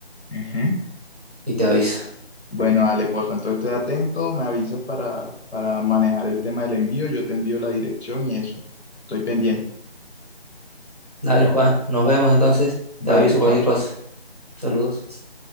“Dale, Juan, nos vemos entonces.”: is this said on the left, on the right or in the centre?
Right